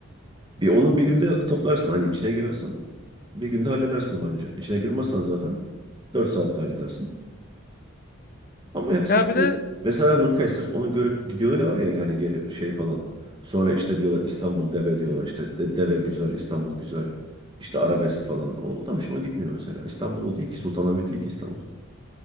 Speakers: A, on the right; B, on the left.
A: Bir onun bir günde toplarsın. Hani içine girersen bir günde halledersin bence. İçine girmezsen zaten 4 saatte halledersin. Ama ya sırf
B: Ya bir
A: bu-
B: de
A: mesela Nurkay sırf onu görüp gidiyorlar ya hani geri şey falan. Sonra işte diyorlar İstanbul deve diyorlar. İşte de, deve güzel, İstanbul güzel. İşte arabesk falan. O, o da hoşuma gitmiyor mesela. İstanbul o değil ki. Sultanahmet değil ki İstanbul.